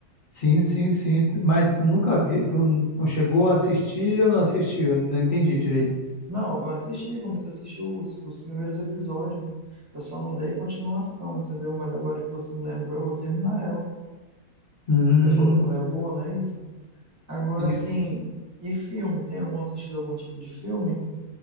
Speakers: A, on the left; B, on the right.
A: Sim, sim, sim. Mas eu nunca vi. Tu não chegou a assistir ou não assistiu? Eu Não entendi direito.
B: Não, eu assisti, comecei a assistir os, os primeiros episódios. Eu só não dei continuação, entendeu? Mas agora que você me lembrou, eu vou terminar ela.
A: Hum,
B: Você falou que ela é boa, não é isso? Agora
A: sim,
B: sim,
A: sim.
B: e filme? Tem algum assistido algum tipo de filme?